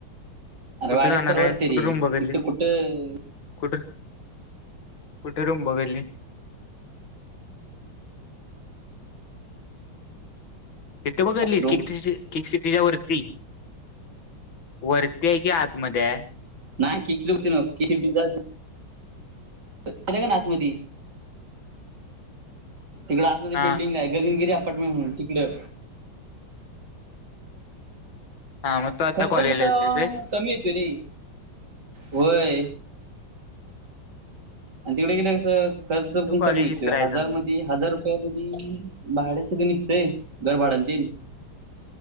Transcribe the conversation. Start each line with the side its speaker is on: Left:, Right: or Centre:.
Right: अरे
Left: कुठे
Right: वाडीत
Left: जाणार
Right: परवडते
Left: आहे? कुठे
Right: रे
Left: रूम बघितली?
Right: इथं कुठं
Left: कुठ? कुठ रूम बघीतली? इथ बघितलीस
Right: रूम
Left: किंग स्टेश केक सिटीच्या वरती वरती आहे कि आतमध्ये आहे.
Right: नाही केक सिटीत न्हव. केक सिटीच्या गेल की नाही आत मधी तिकडं आतमध्ये
Left: हा
Right: बिडिंग आहे. गगनगिरी अपार्टमेंट म्हणून तिकडं.
Left: हा मग तू आता
Right: खर्च
Left: कॉलेजला
Right: कस
Left: येतोयस होय
Right: कमी येतो रे. होय. आणि तिकडे गेले कसं खर्च
Left: तर
Right: पण
Left: कॉलेजच
Right: कमी होेतोय.
Left: राहायचं
Right: हजार
Left: मग
Right: मध्ये हजार कधी भाड सगळ निघतय घरभाडांतील